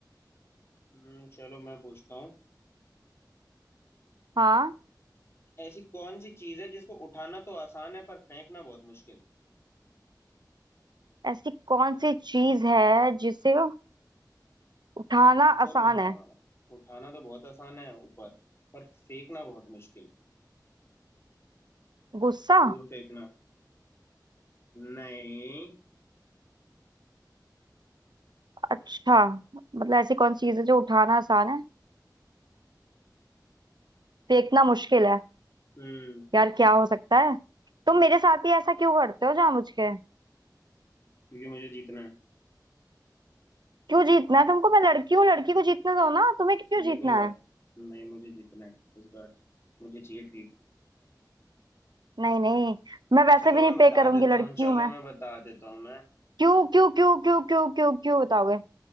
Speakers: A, on the left; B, on the right.
A: हम्म, चलो मैं पूछता हूँ
B: हाँ
A: ऐसी कौन सी चीज है जिसको उठाना तो आसान है पर फेंकना बहुत मुश्किल
B: ऐसी कौन सी चीज है जिसे उठाना
A: ऊपर
B: आसान
A: हाँ
B: है
A: उठाना तो बहुत आसान है ऊपर पर फेंकना बहुत मुश्किल
B: गुस्सा
A: दूर फेंकना नहीं
B: अच्छा मतलब ऐसी कौन सी चीज है जो उठाना आसान है फेंकना मुश्किल है
A: हम्म
B: यार क्या हो सकता है तुम मेरे साथ ही ऐसा क्यों करते हो जामुझ के
A: क्योंकि मुझे जीतना है
B: क्यों जीतना है तुमको मैं लड़की हूँ लड़की को जीतने दो ना तुम्हें क्यों
A: ये
B: जीतना
A: कोई बात
B: है
A: नहीं मुझे जीतना है इस बार मुझे चाहिए ट्रीट
B: नहीं नहीं मैं वैसे
A: चलो
B: भी नहीं
A: मैं बता
B: पे करूंगी
A: देता
B: लड़की
A: हूँ चलो
B: हूँ मैं
A: मैं बता देता हूँ मैं
B: क्यों क्यों क्यों क्यों क्यों क्यों क्यों बताओगे